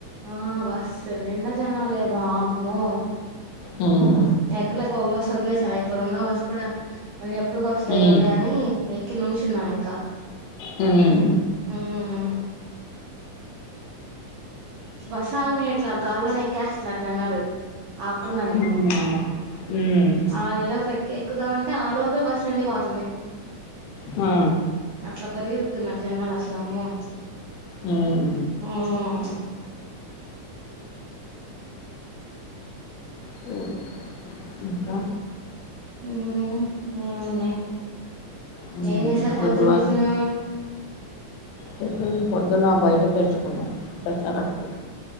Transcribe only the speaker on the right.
ఆ బస్ నిండా జనాలే వామ్మో
ఎక్కలేక ఓ బస్ వదిలేసా ఇంకా రెండో బస్ కూడా మళ్ళీ ఎప్పుడికి వస్తాయోలే
అని ఎక్కి నుంచున్నా ఇంకా
మ్మ్ బస్ ఆగనియ్యట్ల గాల్లోనే ఎక్కేస్తున్నారు జనాలు ఆకుండానే
ఆగేలోపు ఎక్ ఎక్కుదామంటే ఆ లోపే బస్సు నిండిపోతుంది
అట్లా పరిగేతున్నారు జనాలు అసల అమ్మో
మ్మ్
హ్మ్ ఏమున్నాయి
ఏం చేశారు పొద్దున్న
టిఫిను